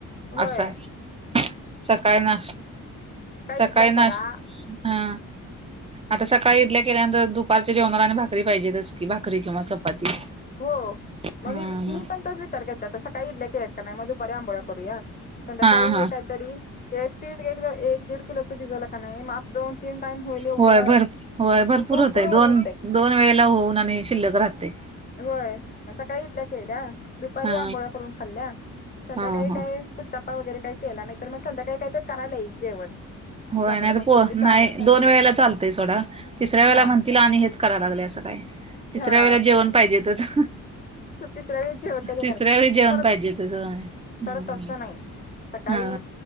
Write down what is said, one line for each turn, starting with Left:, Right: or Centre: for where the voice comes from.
Left: होय
Right: असं आहे. सकाळी नाश् सकाळी
Left: इडल्या करा
Right: नाश् हा. आता सकाळी इडल्या केल्यानंतर, दुपारच्या जेवणाला आणि भाकरी पाहिजेतच की, भाकरी किंवा चपाती.
Left: हो, मग
Right: हा
Left: मी बी मी पण तोच विचार करते, आता सकाळी इडल्या केल्यात का नाही मग दुपारी आंबोळ्या करूया? संध्याकाळी
Right: हा हा
Left: काहीतरी, ते पीठ एक एक दीड किलोचं भिजवलं का नाही माप दोन तीन टाइम होईल एवढं,
Right: होय भर होय
Left: भरपूर
Right: होतय
Left: होतेय.
Right: दोन दोन वेळेला होऊन आणि शिल्लक राहते.
Left: होय, सकाळी इडल्या केलेत्या, दुपारी
Right: हा
Left: आंबोळ्या करून खाल्ल्या, संध्याकाळी
Right: हा हा
Left: काय उत्तापा वगैरे काही केला, नाहीतर मग संध्याकाळी काय काहीतर करायला येईल जेवण.
Right: होय
Left: चांगलं
Right: नाही
Left: मस्तपैकी
Right: तर पो
Left: सागर
Right: नाही,
Left: सांगली
Right: दोन वेळेला चालतंय सोडा. तिसऱ्या वेळेला
Left: हा
Right: म्हणतील आणि हेच कराय लागलेस काय, तिसऱ्या
Left: हा
Right: वेळेला जेवण पाहिजेतच.
Left: तिसऱ्या वेळेस जेवण कस
Right: तिसऱ्या
Left: करा,
Right: वेळी जेवण
Left: खर
Right: पाहिजेतच होय हम्म
Left: खरं तसं नाही. सकाळी
Right: हा